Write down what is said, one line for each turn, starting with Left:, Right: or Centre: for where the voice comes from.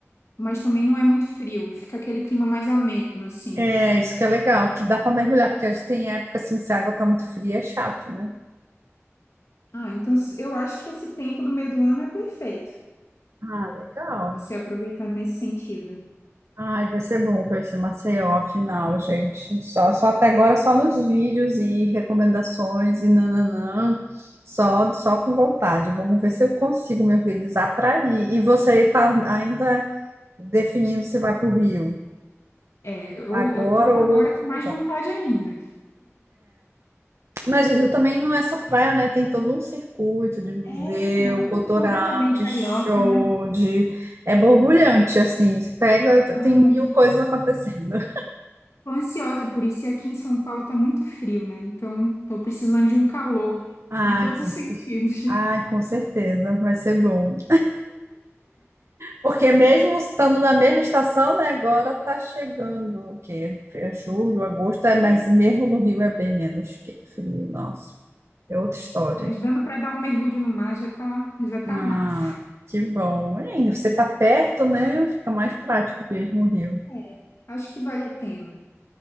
Left: mas também não é muito frio. Fica aquele clima mais ameno, assim.
Right: É, isso que é legal, que dá para mergulhar, porque a gente tem época assim, se a água tá muito fria, é chato, né?
Left: Ah, então s- eu acho que esse tempo do meio do ano é perfeito,
Right: Ah, legal.
Left: você aproveitar nesse sentido.
Right: Ai, vai ser bom conhecer Maceió, afinal, gente. Só, só até agora, só nos vídeos e recomendações e nananã. Só, só com vontade. Vamos ver se eu consigo me organizar para ir. E você está ainda definindo se vai para o Rio,
Left: É, eu,
Right: agora
Left: eu tô agora
Right: ou outro
Left: com mais
Right: lugar.
Left: vontade ainda.
Right: Mas o Rio também não é só praia, né? Tem todo um circuito de museu,
Left: É, a
Right: cultural,
Left: cultura também
Right: de
Left: carioca,
Right: show,
Left: né?
Right: de... É borbulhante, assim. Você Pega,
Left: Ai,
Right: tem mil coisas acontecendo.
Left: tô ansiosa por isso, e aqui em São Paulo tá muito frio, né? Então, tô precisando de um calor
Right: Ah,
Left: em todos
Right: com
Left: os sentidos.
Right: cer...
Left: <laughs>
Right: ah, com certeza, vai ser bom. Porque mesmo estando na mesma estação, né, agora tá chegando o quê? É julho, agosto, é, mas mesmo no Rio é bem menos que frio, nossa. É outra história.
Left: Mas dando pra dar um mergulho no mar já tá, já tá
Right: Ah,
Left: massa.
Right: que bom. E você tá perto, né? Fica mais prático mesmo o Rio.
Left: É, acho que vale a pena.